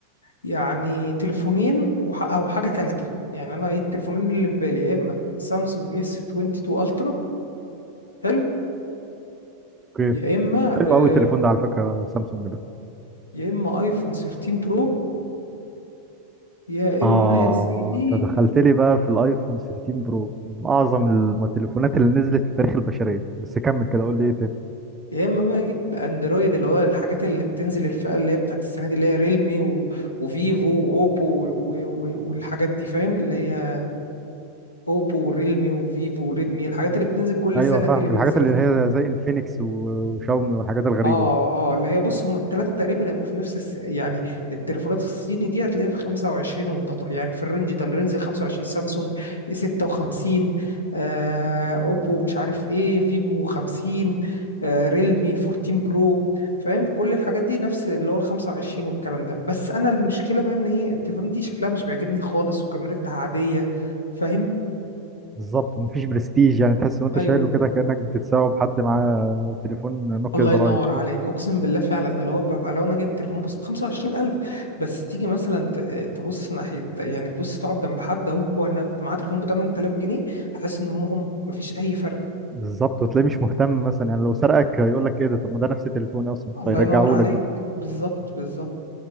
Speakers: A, on the left; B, on the right.
A: يعني تليفونين وح- او حاجه ثالثه يعني انا ايه التليفونين اللي في بالي يا اما سامسونج اس 22 الترا حلو
B: اوكي
A: يا اما
B: حلو
A: آه،
B: قوي التليفون ده على فكرة سامسونج ده
A: يا اما ايفون 13 برو يا
B: اه
A: اما يا سيدي
B: انت دخلت لي بقى في الايفون 13 برو من اعظم الم- التليفونات اللي نزلت في تاريخ البشرية بس كمل كده قول لي ايه تاني
A: يا اما بقى جيت باندرويد اللي هو الحاجات اللي بتنزل الفئه اللي هي بتاعت السنه دي اللي هي ريلمي و... وفيفو واوبو و... و... والحاجات دي فاهم اللي هي اوبو وريلمي وفيفو وريدمي الحاجات اللي بتنزل كل
B: ايوه
A: سنه
B: فاهمك
A: دي اللي بينزلوا
B: الحاجات اللي
A: تليفون
B: هي زي انفينكس و- وشاومي والحاجات الغريبة
A: اه
B: دي
A: اه اللي هي بص هم الثلاثه تقريبا هيبقوا في نفس الس... يعني التليفونات الصيني دي هتلاقيها في 25 وانت ط- يعني في الرينج ده الرينج 25 سامسونج اي 56 آه اوبو مش عارف ايه فيفو 50 آه ريلمي 14 برو فاهم كل الحاجات دي نفس اللي هو ال 25 والكلام ده بس انا المشكله بقى ان ايه التليفونات دي شكلها مش بيعجبني خالص وكاميرتها عاديه فاهم
B: بالظبط مفيش برستيج يعني تحس وانت
A: ايوه
B: شايله كده كأنك بتتساوى بحد معاه تليفون نوكيا
A: الله
B: زراير
A: ينور عليك
B: فاهم؟
A: اقسم بالله فعلا اللي هو ببقى لو انا جايب تليفون بص ب 25000 بس تيجي مثلا ت- تبص ناحيه يعني تبص تقعد جنب حد هو أنا معاه تليفون ب 8000 جنيه هتحس ان امهم مفيش اي فرق
B: بالظبط وتلاقيه مش مهتم مثلا يعني لو سرقك يقول لك ايه ده طب ما ده نفس تليفوني اصلا
A: الله
B: فيرجعه
A: ينور عليك
B: لك بقى
A: بالظبط بالظبط